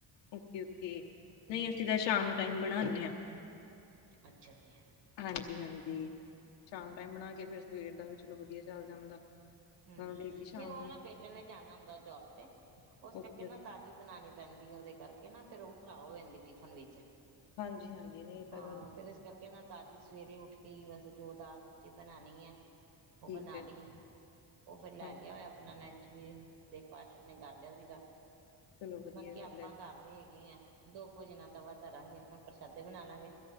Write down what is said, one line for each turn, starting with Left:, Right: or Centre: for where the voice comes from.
Left: ਓਕੇ- ਓਕੇ
Right: ਹੂੰ
Left: ਨਹੀਂ ਅਸੀਂ ਤਾਂ ਸ਼ਾਮ ਟਾਈਮ ਬਣਾਉਂਦੇ ਹਾਂ।
Right: ਅੱਛਾ ਜੀ।
Left: ਹਾਂਜੀ- ਹਾਂਜੀ। ਸ਼ਾਮ ਟਾਈਮ ਬਣਾ ਕੇ ਫਿਰ ਸਵੇਰ ਦਾ ਵੀ ਚਲੋ ਵਧੀਆ ਚੱਲ ਜਾਂਦਾ।
Right: ਹੂ, ਨਹੀਂ
Left: ਡੇਲੀ ਸ਼ਾਮ
Right: ਉਹ
Left: ਨੂੰ
Right: ਨਾ ਬੇਟੇ ਨੇ ਜਾਣਾ ਹੁੰਦਾ ਜੋਬ ਤੇ। ਉਸ
Left: ਓਕੇ
Right: ਕਰਕੇ ਨਾ ਤਾਜ਼ੀ ਬਣਾਉਣੀ ਪੈਂਦੀ ਉਹਦੇ ਕਰਕੇ ਨਾ ਫੇਰ ਉਹ ਖਰਾਬ ਹੋ ਜਾਂਦੀ ਟਿਫਨ ਵਿੱਚ।
Left: ਹਾਂਜੀ- ਹਾਂਜੀ, ਨਹੀਂ। ਇਹ ਤਾਂ
Right: ਹਾਂ।
Left: ਗੱਲ
Right: ਫੇਰ ਇਸ ਕਰਕੇ ਨਾ ਤਾਜ਼ੀ ਸਵੇਰੇ ਉੱਠ ਕੇ ਹੀ ਬਸ ਜੋ ਦਾਲ- ਸਬਜ਼ੀ ਬਣਾਉਣੀ ਹੈ। ਉਹ
Left: ਠੀਕ
Right: ਬਣਾ
Left: ਹੈ
Right: ਲਈ ਉਹ ਫਿਰ ਲੈ
Left: ਹਾਂਜੀ
Right: ਗਿਆ ਹੋਇਆ ਆਪਣਾ ਲੰਚ ਵੀ। ਬ੍ਰੇਕਫਾਸਟ ਕਰ ਲਿਆ ਸੀਗਾ।
Left: ਚਲੋ ਵਧੀਆ
Right: ਬਾਕੀ
Left: ਗੱਲ
Right: ਆਪਾਂ
Left: ਹੈ
Right: ਘਰ। ਗੇ ਆ ਦੋ ਕੁਝਣਾ ਤਾਂ ਤਵਾ ਧਰਾਂਗੇ ਹੁ ਪ੍ਰਸ਼ਾਦੇ ਬਣਾ ਲਾਂਗੇ।